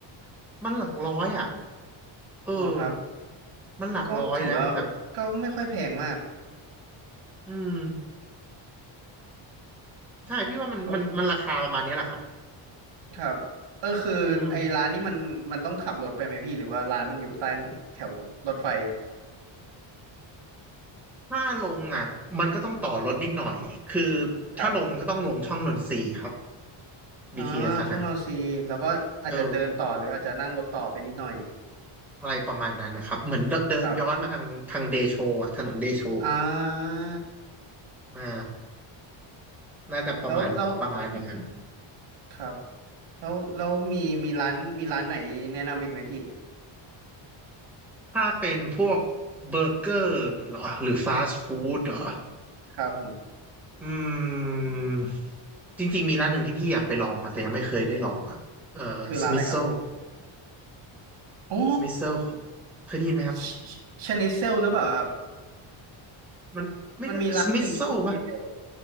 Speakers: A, in the centre; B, on the right.
A: มันหลักร้อยอ่ะเออ
B: อ๋อครับ
A: มันหลักร้อยนะแต่
B: ก็ถือว่าก็ไม่ค่อยแพงมาก
A: อืมใช่พี่ว่ามันมันมันราคาประมาณเนี้ยแหละครับ
B: แล้วครับเออคือไอ้ร้านนี้มันมันต้องขับรถไปไหมพี่หรือว่าร้านมันอยู่ใต้แถวรถไฟ
A: อืมถ้าลงอ่ะมันก็ต้องต่อรถนิดหน่อยคือถ้าลงก็ต้องลงช่องนนทรีย์ครับ
B: ครับ
A: BTS
B: อ่าช่องนอนซีแล้วก็อาจจะเดินต่อหรืออาจจะนั่งรถต่อไปนิดหน่อย
A: อสอะนะเอออะไรประมาณนั้นนะครับเหมือนเดิเดินย้อนมาทางทางเดโชอ่ะถนนเดโช
B: ครับอ่า
A: อ่าน่าจะประมาณประมาณอย่างนั้น
B: แล้วแล้วครับแล้วแล้วมีมีร้านมีร้านไหนแนะนำอีกไหมพี่
A: ถ้าเป็นพวกเบอร์เกอร์เหรอหรือฟาสต์ฟู้ดเหรอ
B: ครับผม
A: อืม จริงๆมีร้านหนึ่งที่พี่อยากไปลองอะแต่ยังไม่เคยได้ลองอะเอ่อสมิ
B: คือร้านอะไรครับ
A: t โซ
B: อ๋อ
A: สมิ t โซเคยได้ยินไหมครับ
B: ชชชนิเซลหรือเปล่าครับ
A: มันไม่ได้สมิ
B: มันมีร้านหนึ่งชื่อชนิเซล
A: t โซป่ะ